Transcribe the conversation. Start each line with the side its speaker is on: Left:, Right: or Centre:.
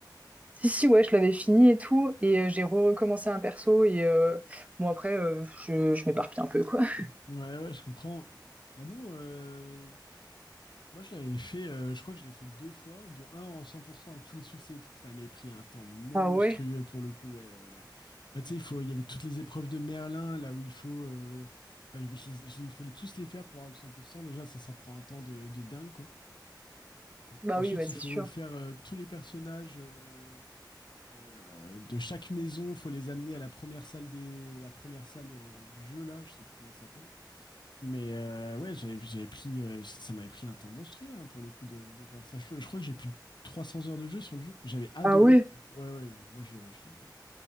Right: Si, si, ouais, je l'avais fini et tout et heu, j'ai recommencé un perso et heu, bon après, heu, je je m'éparpille un peu, quoi. <laughs>
Left: Ouais, ouais, je comprends. Bah nous, euh, Moi, je l'avais fait, euh, je crois que je l'ai fait deux fois, dont un en 100% avec tous les succès et tout. Ça m'avait pris un temps monstrueux
Right: Ah ouais?
Left: pour le coup. Ouais, ouais, ouais. Bah, tu sais, il faut, il y avait toutes les épreuves de Merlin, là où il faut, euh, enfin, je les- je les- il faut les tous les faire pour avoir le 100%. Déjà, ça, ça prend un temps de, de dingue, quoi.
Right: Bah
Left: Ensuite,
Right: oui, ouais, c'est
Left: il faut
Right: sûr.
Left: faire euh, tous les personnages euh, euh, de chaque maison. Il faut les amener à la première salle des, la première salle euh, du jeu, là. Je sais plus comment ça s'appelle. Mais euh, ouais, j'avais j'avais pris, euh, ça m'avait pris un temps monstrueux hein, pour le coup de, de faire ça. Je, je crois que j'ai plus de 300 heures de jeu sur le jeu. J'avais adoré.
Right: Ah ouais?
Left: pour le coup. Ouais, ouais, moi je, je l'ai,